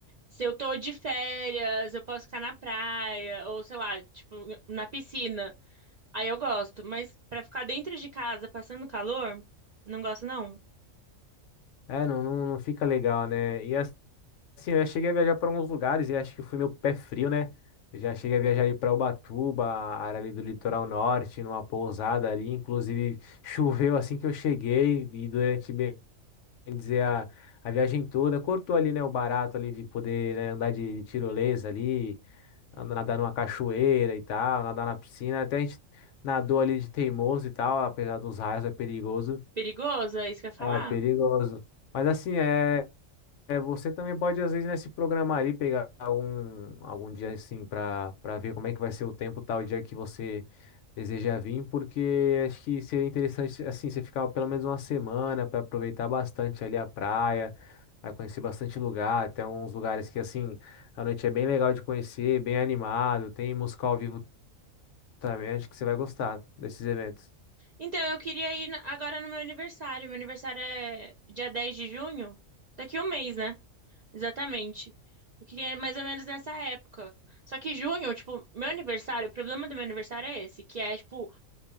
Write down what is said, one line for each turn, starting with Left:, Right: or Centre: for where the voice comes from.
Right: Se eu tô de férias, eu posso ficar na praia, ou sei lá, tipo, na piscina. Aí eu gosto, mas pra ficar dentro de casa passando calor, não gosto não.
Left: É, não, não, não fica legal, né? E Assim, eu já cheguei a viajar para alguns lugares e acho que foi meu pé frio, né? Eu já cheguei a viajar ali para Ubatuba, a área ali do litoral norte, numa pousada ali. Inclusive, choveu assim que eu cheguei e durante, bem dizer, a, a viagem toda, cortou ali, né, o barato ali de poder, né, andar de tirolesa ali, andar- nadar numa cachoeira e tal, nadar na piscina. Até a gente nadou ali de teimoso e tal, apesar dos raios, é perigoso.
Right: Perigoso, é isso que eu ia falar.
Left: É perigoso. Mas assim, é. É, você também pode, às vezes, né, se programar ali, pegar algum, algum dia assim para para ver como é que vai ser o tempo tal dia que você deseja vir, porque acho que seria interessante assim, você ficar pelo menos uma semana para aproveitar bastante ali a praia, para conhecer bastante lugar, até uns lugares que assim, a noite é bem legal de conhecer, bem animado, tem música ao vivo também, acho que você vai gostar desses eventos.
Right: Então, eu queria ir na- agora no meu aniversário. Meu aniversário é dia 10 de junho, daqui um mês, né? Exatamente. Eu queria ir mais ou menos nessa época. Só que junho, tipo, meu aniversário, o problema do meu aniversário é esse, que é, tipo,